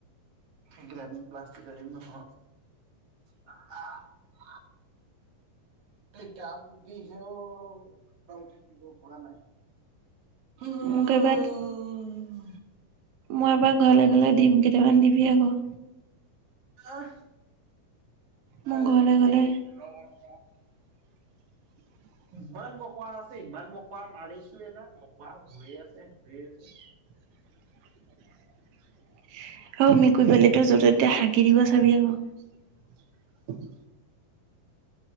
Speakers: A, on the right; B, on the right.
A: এই কেইটা ডিম প্লাষ্টিক নহয়। <unintelligible> এই তাপ উঠিছেও, <unintelligible> থাকিব পৰা নাই। উম
B: উম, কৰোবাত- - মই এবাৰ ঘৰলে গ'লে, দিম কেইটামান দিবি আকৌ।
A: অহ,
B: মোৰ
A: এই
B: ঘৰলে
A: মেকুৰী,
B: গ'লে
A: ৰহ।
B: <inaudible>
A: ইমান মোকোৰা আছে। ইমান মোকোৰা মাৰিছোঁৱে না, মোকোৰা হৈয়ে আছে, হৈয়ে আছে।
B: <inaudible> আৰু মেকুৰী পোৱালিটো য'তে-ত'তে হাগি দিব, চাবি আকৌ।